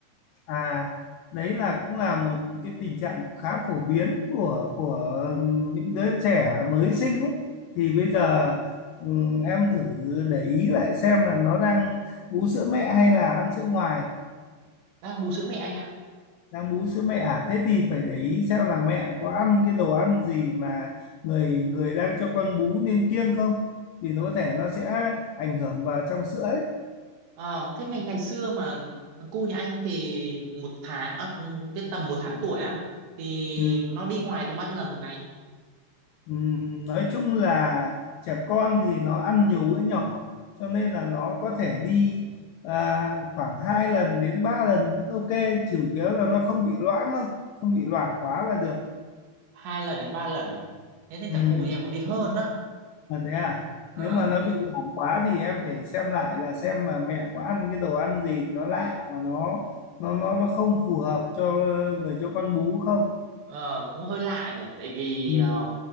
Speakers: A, on the left; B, on the right.
A: à đấy là cũng là một cái tình trạng khá phổ biến của của những đứa trẻ mới sinh ấy thì bây giờ ừm, em thử để ý lại xem là nó đang bú sữa mẹ hay là ăn sữa ngoài
B: đang bú sữa mẹ anh ạ
A: đang bú sữa mẹ à? thế thì phải để ý xem là mẹ có ăn cái đồ ăn gì mà người người đang cho con bú nên kiêng không vì nó có thể nó sẽ ảnh hưởng vào trong sữa ấy
B: Ờ, thế ngày ngày xưa mà thằng cu nhà anh thì một tháng à, cái tầm một tháng tuổi á thì
A: ừ,
B: nó đi ngoài tầm bao nhiêu lần một ngày
A: ừ, nói chung là trẻ con thì nó ăn nhiều bữa nhỏ cho nên là nó có thể đi à, khoảng 2 lần đến 3 lần vẫn ok chủ yếu là nó không bị loãng thôi không bị loãng quá là được
B: hai lần đến ba lần à? thế thì thằng
A: ừ.
B: cu nhà em còn đi hơn á
A: mà thế à
B: Ờ,
A: nếu mà nó
B: thế
A: bị giảm quá thì em phải xem lại là xem mà mẹ có ăn cái đồ ăn gì nó lạ và nó nó nó nó không phù hợp cho người cho con bú không
B: Ờ, cũng hơi lạ nhỉ tại vì
A: Ừ.
B: ờ,